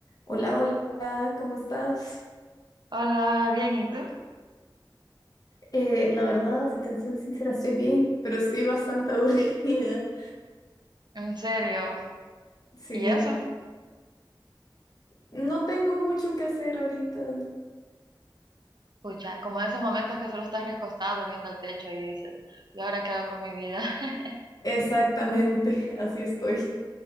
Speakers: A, on the left; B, on the right.
A: Hola, hola, ¿cómo estás?
B: Hola, bien, ¿y tú?
A: Eh, la verdad, si te soy sincera, estoy bien, pero estoy bastante <laughs> aburrida.
B: ¿En serio?
A: Sí,
B: ¿Y eso?
A: no tengo mucho que hacer ahorita.
B: Pucha, como esos momentos que solo estás recostado viendo al techo y dices, ¿y ahora qué hago con mi vida? <laughs>
A: Exactamente, <laughs> así estoy.